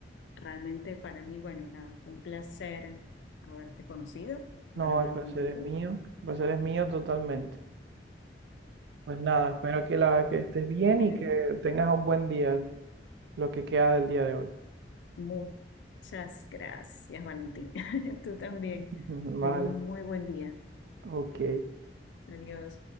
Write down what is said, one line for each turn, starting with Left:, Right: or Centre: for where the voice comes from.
Left: realmente para mí, bueno, nada, fue un placer haberte conocido,
Right: no,
Left: haber hablado
Right: el placer
Left: contigo.
Right: es mío. El placer es mío totalmente. Pues nada, espero que, la, que estés bien
Left: Bueno,
Right: y que tengas un buen día, lo que queda del día de hoy.
Left: muchas gracias, Valentín. <laughs> Tú también.
Right: <laughs> Vale,
Left: Tenga un muy buen día.
Right: ok.
Left: Adiós.